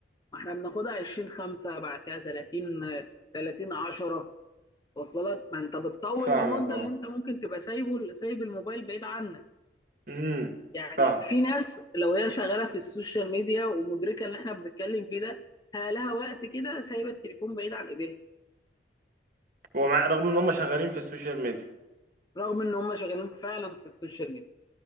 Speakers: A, on the left; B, on the right.
A: ما احنا بناخدها 20 5 بعد كده 30 30 10 واصله لك ما انت بتطول
B: فاهمك
A: المدة
B: اه
A: اللي انت ممكن تبقى سايبه سايب الموبايل بعيد عنك
B: امم
A: يعني
B: فاهم
A: في ناس لو هي شغاله في السوشيال ميديا ومدركه اللي احنا بنتكلم فيه ده لها وقت كده سايبه التليفون بعيد عن ايديها
B: ومع رغم ان هم شغالين في السوشيال ميديا
A: رغم ان هم شغالين فعلا في السوشيال ميديا